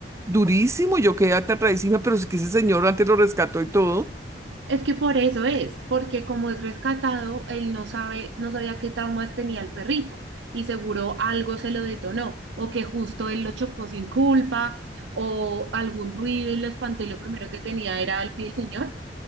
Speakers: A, on the right (about 15°); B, on the right (about 85°).
A: durísimo, yo quedé aterradísima, pero es que ese señor antes lo rescató y todo.
B: Es que por eso es, porque como es rescatado, él no sabe, no sabía qué traumas tenía el perrito y seguro algo se lo detonó o que justo él lo chocó sin culpa o algún ruido y lo espantó y lo primero que tenía era el pie del señor